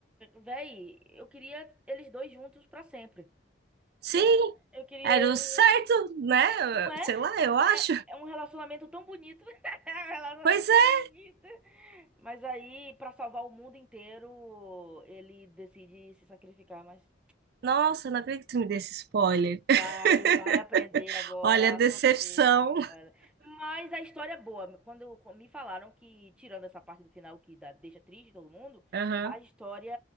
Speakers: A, in the centre; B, on the right (about 60°).
A: véi, eu queria eles dois juntos pra sempre.
B: Sim,
A: É, eu queria
B: era
A: eles
B: o certo,
A: juntos.
B: né?
A: Não é?
B: Sei lá, eu acho.
A: É, é um relacionamento tão bonito. <laughs> É um relacionamento
B: Pois é.
A: tão bonito. Mas aí, pra salvar o mundo inteiro, ele decide se sacrificar, mas
B: Nossa, não acredito que tu me desse spoiler. <laughs>
A: Vai, vai aprender agora
B: Olha a decepção.
A: a sofrer na escola. Mas a história é boa. Quando co- me falaram que, tirando essa parte do final que dá- deixa triste todo mundo,
B: Aham.
A: a história